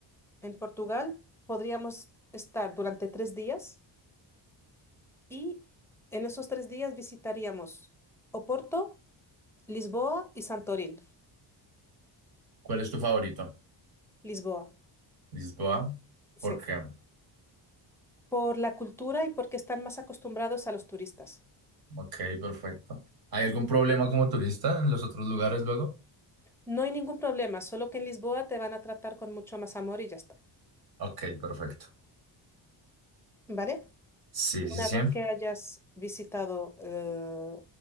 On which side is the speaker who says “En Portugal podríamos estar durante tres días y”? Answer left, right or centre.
Centre